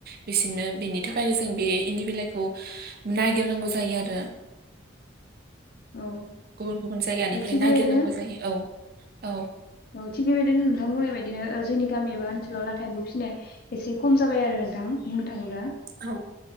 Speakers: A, on the right; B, on the left.
A: बिसोरनो बेनि थाखायनो जों बे इनदि बिलाइखौ नायगिरनांगौ जायो आरो।
B: औ
A: गुबुन गुबुन जायगानिफ्राय
B: औ थिग
A: नागिरनांगौ
B: बेबायदिनो
A: जायो औ औ
B: औ थिग बेबायदिनो नोंथां बुंनाय बादिनो ओ जोंनि गामि एबा ओनसोलाव लाथा एम्फौ फिसिन एसे खम जाबाय आरो नोंथां बुंनो थाङोब्ला
A: औ